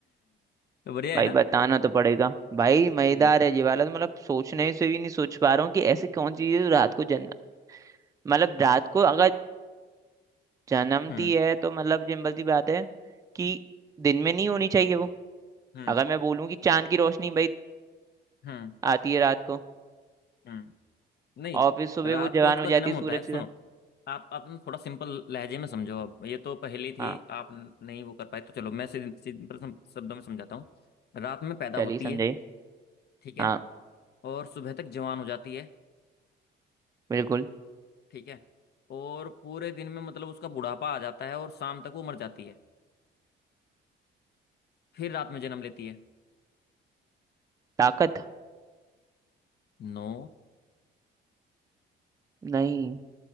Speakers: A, on the left; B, on the right.
A: तो बढ़िया है
B: भाई
A: ना
B: बताना तो पड़ेगा भाई मजेदार
A: हम्म
B: है ये वाला तो मतलब सोचने से भी नहीं सोच पा रहा हूँ कि ऐसे कौन सी चीज रात को जन्म मतलब रात को अगर जन्मती
A: हम्म
B: है तो मतलब सिंपल सी बात है कि दिन में नहीं होनी चाहिए वो
A: हम्म
B: अगर मैं बोलूँ कि चांद की रोशनी भाई
A: हम्म
B: आती है रात को
A: हम्म। नहीं
B: और फिर सुबह
A: रात
B: वो जवान
A: को उसका
B: हो जाती
A: जन्म
B: है
A: होता
B: सूरज
A: है सुनो
B: के साथ
A: आप आप न थोड़ा सिंपल लहजे में समझो अब ये तो पहेली थी
B: हाँ
A: आप न- नहीं वो कर पाए तो चलो मैं सिं- सिंपल सम- शब्दों में समझाता हूँ रात में पैदा
B: चलिए
A: होती
B: समझाइए
A: है ठीक है
B: हाँ
A: और सुबह तक जवान हो जाती है
B: बिल्कुल
A: ठीक है और पूरे दिन में मतलब उसका बुढ़ापा आ जाता है और शाम तक वो मर जाती है फिर रात में जन्म लेती है
B: ताकत
A: नो
B: नहीं